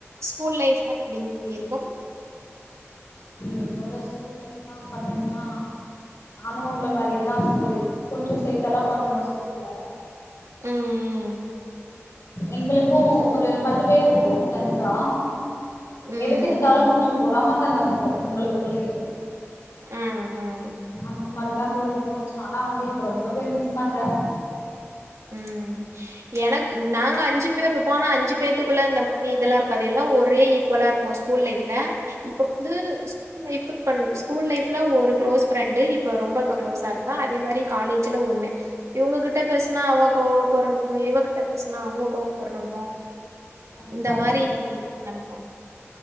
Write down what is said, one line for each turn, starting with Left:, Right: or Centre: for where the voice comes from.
Right: ஸ்கூல் லைஃப்ல எப்டிங்க தோழி இருக்கு
Left: என்னோட ஸ்கூல் லைஃப்லாம் பாத்தீங்கன்னா நானும் உங்கள மாரியேதா தோழி கொஞ்ச சேட்டல்லாம் பண்ணுவ ஸ்கூல்ல
Right: ம்
Left: எங்களுக்கும் ஒரு பத்து பேர் இருப்போ ஃப்ரெண்ட்ஸா
Right: ம்
Left: எதுக்கெடுத்தா லும் கொஞ்ச பொறாம தனம் இருக்கும் எங்களுக்குள்ளயே
Right: ம் ம்
Left: அந்த மாரிதா தோழி தோணுச்சு ஆனா வந்து இப்ப ரொம்பவே மிஸ் பண்றோ
Right: ம் என நாங்க அஞ்சு பேர் இருப்போம் ஆனா அஞ்சு பேத்தக்குள்ள இந்த மாரி இதல்லாம் இருக்காது எல்லாம் ஒரே ஈக்குவலா இருப்போம் ஸ்கூல் லைஃப்ல இப்ப வந்து ஸ்கூல் லைஃப் இ ஸ்கூல் லைஃப்ல ஒரு களோஸ் ஃபிரண்டு இப்போ ரொம்ப இப்போ க்ளோஸா இருப்ப அத மாரி காலேஜ்ல ஒண்ணு இவங்ககிட்ட பேசுனா அவ கோவப்பறதும் இவகிட்ட பேசுனா அவங்க கோவப்படுறதும்
Left: கண்டிப்பா
Right: இந்த மாரி
Left: தோழி
Right: நடக்கும்